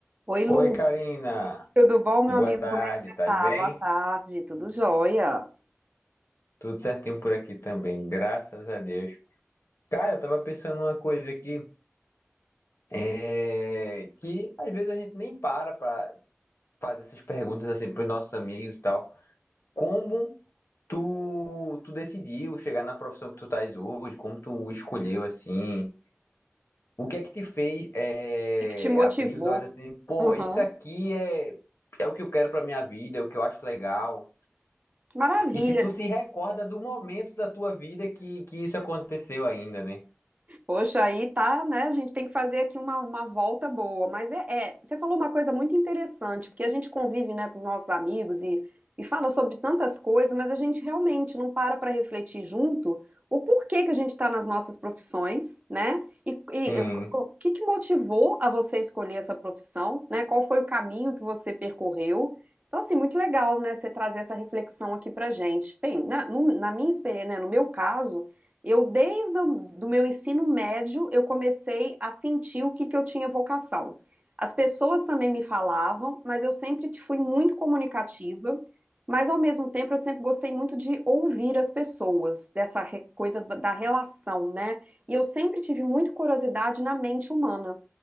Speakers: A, on the right (about 35°); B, on the left (about 65°).
A: Oi, Lucas.
B: Oi, Karina.
A: Tudo bom, meu
B: Boa
A: amigo?
B: tarde,
A: Como é que você
B: tá
A: tá?
B: bem?
A: Boa tarde. Tudo jóia? O
B: Tudo certinho por aqui também, graças a Deus. Cara, eu tava pensando numa coisa aqui, é, que às vezes a gente nem para pra fazer essas perguntas assim pros nossos amigos e tal. Como tu, tu decidiu chegar na profissão que tu estás hoje? Como tu escolheu assim? O que é que te fez é,
A: que que te motivou?
B: abrir os olhos assim, pô,
A: Uhum.
B: isso aqui é, é o que eu quero pra minha vida, é o que eu acho legal.
A: Maravilha.
B: E se tu se recorda do momento da tua vida que, que isso aconteceu ainda, né?
A: Poxa, aí tá, né? A gente tem que fazer aqui uma, uma volta boa. Mas é, é- você falou uma coisa muito interessante, porque a gente convive, né, com os nossos amigos e, e fala sobre tantas coisas, mas a gente realmente não para para refletir junto o porquê que a gente está nas nossas profissões, né? E, e
B: Sim.
A: o que que motivou a você escolher essa profissão, né? Qual foi o caminho que você percorreu? Então, assim, muito legal, né, você trazer essa reflexão aqui pra gente. Bem, na, no- na minha experiência, né, no meu caso. Eu, desde o do meu ensino médio, eu comecei a sentir o que, que eu tinha vocação. As pessoas também me falavam, mas eu sempre te- fui muito comunicativa, mas ao mesmo tempo eu sempre gostei muito de ouvir as pessoas, dessa re- coisa da da relação, né? E eu sempre tive muito curiosidade na mente humana.